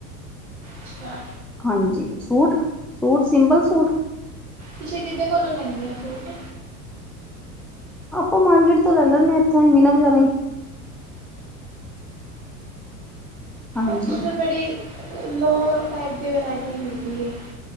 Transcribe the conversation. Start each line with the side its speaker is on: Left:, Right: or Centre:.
Right: ਠੀਕ ਆ
Centre: ਹਾਂਜੀ ਸੂਟ, ਸੂਟ ਸਿੰਪਲ ਸੂਟ
Right: ਤੁਸੀਂ ਕਿਦੇ ਕੋਲੋਂ ਲੈਂਦੇ ਓ ਸੂਟ
Centre: ਆਪਾਂ ਮਾਰਕੀਟ ਤੋਂ ਲੈ ਲੈਂਨੇ ਆ, ਇੱਥੋ ਈ ਮੀਨਾ ਬਾਜ਼ਾਰੋ ਈ ਹਾਂਜੀ
Right: ਉੱਥੋਂ ਤਾਂ ਬੜੀ ਲੋਅ ਟਾਈਪ ਦੀ ਵਰਾਇਟੀ ਮਿਲਦੀ ਏ